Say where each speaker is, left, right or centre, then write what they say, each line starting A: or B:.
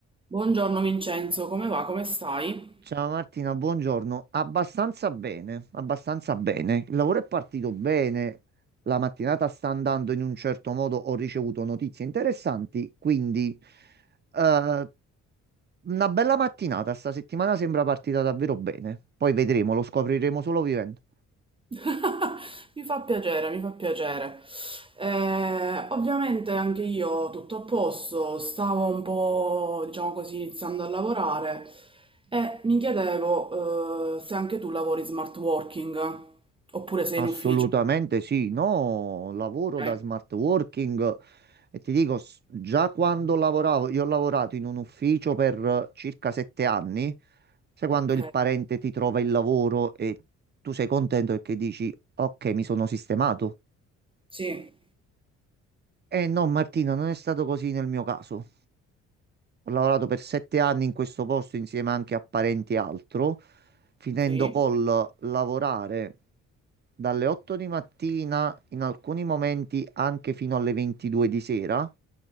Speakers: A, on the right; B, on the right.
A: Buongiorno Vincenzo, come va? Come stai?
B: Ciao Martina, buongiorno. Abbastanza bene, abbastanza bene. Il lavoro è partito bene, la mattinata sta andando in un certo modo, ho ricevuto notizie interessanti, quindi eh, una bella mattinata. Sta settimana sembra partita davvero bene. Poi vedremo, lo scopriremo solo vivendo.
A: <laughs> Mi fa piacere, mi fa piacere. Eh, ovviamente anche io tutto a posto, stavo un po', diciamo così, iniziando a lavorare e mi chiedevo, eh, se anche tu lavori smart working oppure sei
B: Assolutamente
A: in ufficio.
B: sì, no, lavoro
A: Ok,
B: da smart working eh, e ti dico, s- già quando lavoravo, io ho lavorato in un ufficio per eh, circa sette anni, sai quando
A: ok.
B: il parente ti trova il lavoro e tu sei contento perché dici, ok, mi sono sistemato.
A: Sì,
B: Eh no, Martina, non è stato così nel mio caso. Ho lavorato per sette anni in questo posto insieme anche a parenti e altro, finendo
A: sì,
B: col lavorare dalle 8 di mattina, in alcuni momenti anche fino alle 22 di sera,